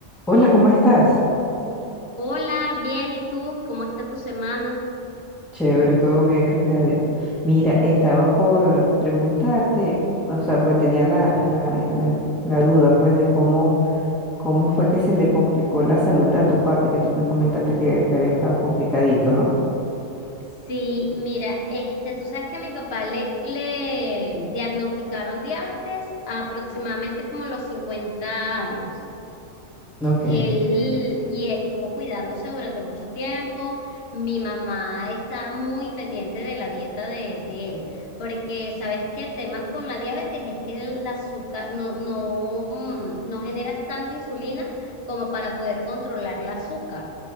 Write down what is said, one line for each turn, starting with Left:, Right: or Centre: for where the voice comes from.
Centre: Hola, ¿cómo estás?
Left: Hola, bien, ¿y tú? ¿Cómo está tu semana?
Centre: Chévere, todo bien, gracias a Dios. Mira, estaba por eh, preguntarte, o sea, porque tenía la, la, la, la duda, pues, de cómo, cómo fue que se le complicó la salud a tu papi, que tú me comentaste que, que había estado complicadito, ¿no?
Left: Sí, mira, este, tú sabes que a mi papá le, le diagnosticaron diabetes aproximadamente como a los 50 años.
Centre: Ok,
Left: Él y estuvo cuidándose durante mucho tiempo. Mi mamá está muy pendiente de la dieta de, de él, porque sabes que el tema con la diabetes es que el azúcar no, no, mm, no generas tanta insulina como para poder controlar el azúcar.